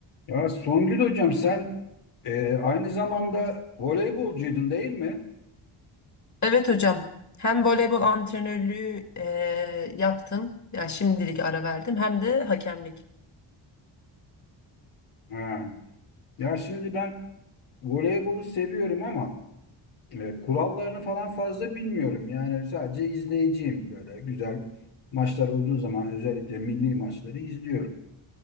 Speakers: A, on the left; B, on the left.
A: Ya Songül hocam sen e, aynı zamanda voleybolcuydun değil mi?
B: Evet hocam. Hem voleybol antrenörlüğü eee, yaptım. Yani şimdilik ara verdim. Hem de hakemlik.
A: Ha. Ya şimdi ben voleybolu seviyorum ama e, kurallarını falan fazla bilmiyorum. Yani sadece izleyiciyim böyle güzel maçlar olduğu zaman özellikle milli maçları izliyorum.